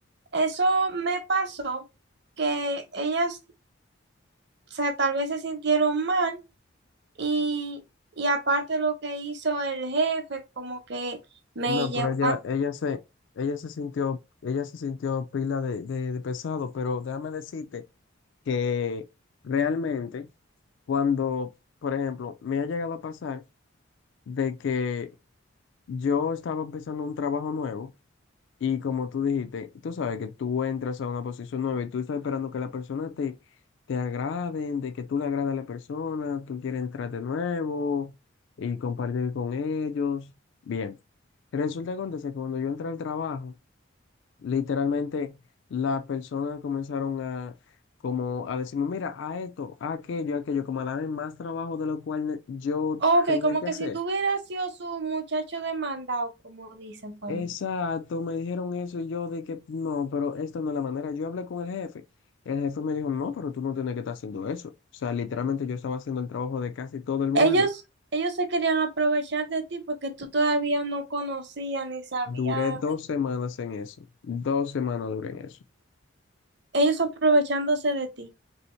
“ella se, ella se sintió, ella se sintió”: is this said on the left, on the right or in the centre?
Left